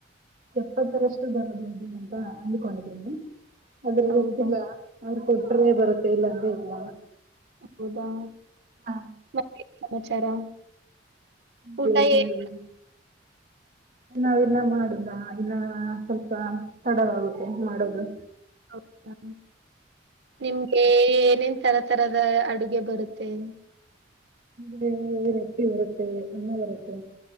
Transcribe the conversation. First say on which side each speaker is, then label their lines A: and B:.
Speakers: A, on the right; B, on the right.
A: ಎಪ್ಪತ್ತರಷ್ಟು ಬರಬಹುದು ಅಂತ ಅಂದ್ಕೊಂಡಿದ್ದೀನಿ. ಆದ್ರೆ
B: ಹೌದಾ
A: ಗೊತ್ತಿಲ್ಲ ಅವ್ರ್ ಕೊಟ್ರೇ ಬರುತ್ತೆ ಇಲ್ಲಾ ಅಂದ್ರೆ ಇಲ್ಲ.
B: ಹೌದಾ.
A: ಹಾ.
B: ಮತ್ತೇನ್ ಸಮಾಚಾರ.
A: ಹ್ಮ್
B: ಊಟ
A: ಹ್ಮ್.
B: ಏನ್
A: ನಾವಿನ್ನ ಮಾಡುದ ಇನ್ನ ಸ್ವಲ್ಪ ತಡವಾಗುತ್ತೆ ಮಾಡೋದು.
B: ಹೌದಾ ನಿಮ್ಗೆ ಏನೇನ್ ತರ ತರದ ಅಡುಗೆ ಬರುತ್ತೆ
A: ನಿ ರೊಟ್ಟಿ ಬರುತೆ ಅನ್ನ ಬರುತ್ತೆ